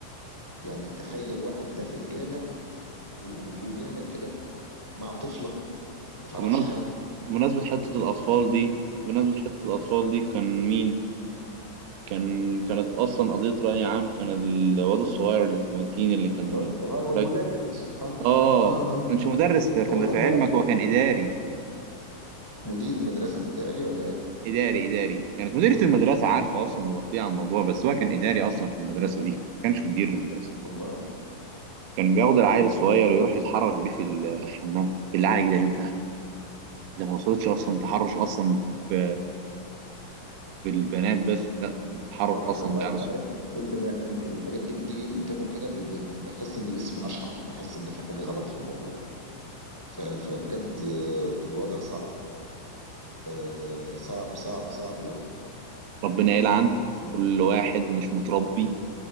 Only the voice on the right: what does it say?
بمناسبه
بمناسبه حته الاطفال دي بمناسبه حته الاطفال دي كان مين كان كانت اصلا قضيه راي عام كان الواد الصغير اللي اسمه ياسين اللي كان
الراجل
اه
كانش مدرس في خلي
في
علمك هو كان اداري
اداري اداري كانت مديرة المدرسة عارفة اصلا وغطية على الموضوع بس هو كان اداري اصلا في المدرسة دي ما كانش مدير المدرسة
كان بياخد العيل
الصغير
ويروح يتحرش بيه في الحمام بالله عليك ده ينفع ده ما وصلتش اصلا
تحرش
اصلا في في البنات بس لا ده تحرش
اصلا
بالعيال
الصغير
ربنا يلعن
كل واحد مش متربي